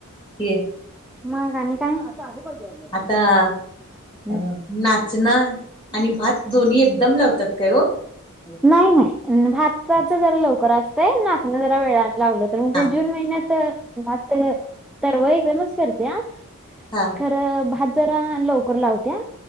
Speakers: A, on the left; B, in the centre.
A: हे
B: मग आणि काय? <unintelligible>
A: आता
B: हम्म.
A: अ नाचना आणि भात दोन्ही एकदम लावतात काय हो
B: नाही नाही. भाताचा जरा लवकर असतंय नाचना जरा वेळाला लावलं तर म्हणजे
A: हा
B: जून महिन्यात त भात तर तर वैगनच करत्या.
A: हा.
B: तर भात जरा लवकर लावत्या.